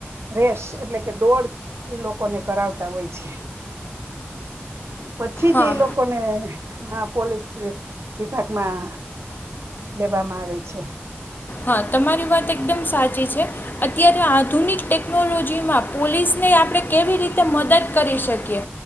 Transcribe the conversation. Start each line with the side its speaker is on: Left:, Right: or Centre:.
Right: રેસ એટલે કે દોડ ઈ લોકોને કરાવતા હોય છે. પછી જ
Left: હા
Right: એ લોકો ને હા પોલીસ વિભાગમાં લેવામાં આવે છે.
Left: હા તમારી વાત એકદમ સાચી છે અત્યારે આધુનિક ટેકનોલોજીમાં પોલીસને આપણે કેવી રીતે મદદ કરી શકીએ